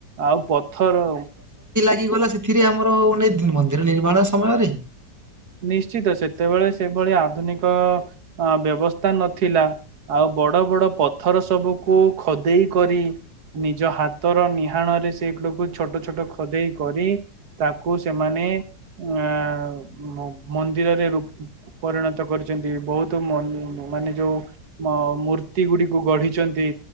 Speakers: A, on the right; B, on the right.
A: ଆଉ ପଥର
B: ଏତିକି ଗଲା ସେଥିରେ ଆମର ମନ୍ଦିର ନିର୍ମାଣ ସମୟରେ
A: ନିଶ୍ଚିତ ସେତେବେଳେ ସେଭଳି ଆଧୁନିକ ବ୍ୟବସ୍ଥା ନଥିଲା। ଆଉ ବଡ ବଡ ପଥର ସବୁକୁ ଖଦେଇ କରି ନିଜ ହାତର ନିହାଣ ରେ ସେଗୁଡାକୁ ଛୋଟ ଛୋଟ ଖୋଦେଇ କରି ତାକୁ ସେମାନେ ଅ ମନ୍ଦିରରେ ର ପରିଣତ କରିୁଛନ୍ତି ବହୁତ ମାନେ ଯୋଉ ଅ ମୂର୍ତ୍ତି ଗୁଡିକୁ ଗଢିଛନ୍ତି